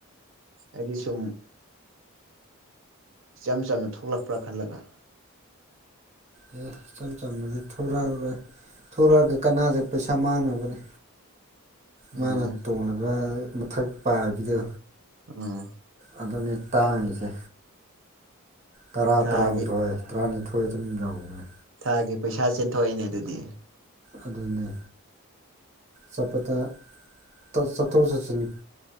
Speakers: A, on the right; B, on the right.
A: ꯑꯩꯗꯤ ꯁꯨꯝ ꯏꯆꯝ ꯆꯝꯅ ꯊꯣꯛꯂꯛꯄ꯭ꯔꯥ ꯈꯜꯂꯒ
B: ꯑꯦ ꯏꯆꯝ ꯆꯝꯕꯗꯤ ꯊꯣꯔꯛꯑꯔꯣꯏ ꯊꯣꯔꯛꯑꯒ ꯀꯅꯥꯗ ꯄꯩꯁꯥ ꯃꯥꯡꯅꯕꯅꯤ
A: ꯎꯝ
B: ꯃꯥꯅ ꯇꯣꯡꯂꯤꯕ ꯃꯊꯛ ꯄꯥꯏꯕꯤꯗꯣ
A: ꯎꯝ
B: ꯑꯗꯨꯅꯦ ꯇꯥꯡꯉꯤꯁꯦ ꯇꯔꯥ
A: ꯊꯥꯒꯤ
B: ꯇꯔꯥꯃꯥꯊꯣꯏ ꯇꯔꯥꯅꯤꯊꯣꯏ ꯑꯗꯨꯝ ꯌꯥꯎꯕꯅꯤ
A: ꯊꯥꯒꯤ ꯄꯩꯁꯥ ꯆꯦꯟꯊꯣꯛꯑꯦꯅꯦ ꯑꯗꯨꯗꯤ
B: ꯑꯗꯨꯅꯤ ꯆꯠꯄꯗ ꯇ ꯆꯠꯊꯣꯛ ꯆꯠꯁꯤꯟ